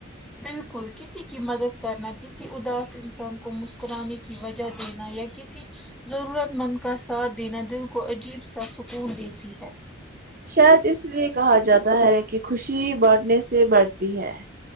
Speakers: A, in the centre; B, on the right.
A: بالکل کسی کی مدد کرنا ک کسی اداس انسان کو مسکرانے کی وجہ دینا یا کسی ضرورت مند کا ساتھ دینا دل کو عجیب سا سکون دیتی ہے
B: شاید اس لیے کہا جاتا ہے کہ خوشی باٹھنے سے بڑھتی ہے